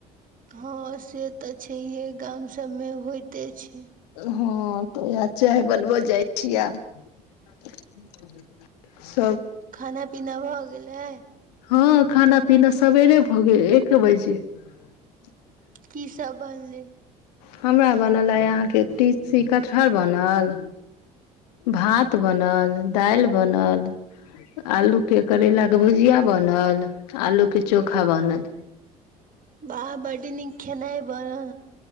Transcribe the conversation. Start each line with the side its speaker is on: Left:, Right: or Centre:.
Right: हँ से तऽ छैहे गाम सभमे होइते छै। <unintelligible>
Left: हँ तऽ उएह चाय बनबो जाइ छीिय आब। <unintelligible> ह। <unintelligible>
Right: खाना- पीना भऽ गेल। <unintelligible>
Left: हँ खाना- पीना सबेरे भऽ गेल एक बजे। <unintelligible>
Right: की सब बनलै। <unintelligible>
Left: हमरा बनल अय अहाँके तीसी कटहर बनल भात बनल दालि बनल आलू के करैलाक के भुजिया बनल आलू के चोखा बनल।
Right: बाह बडिन खेनाइ। <unintelligible> वन। <unintelligible>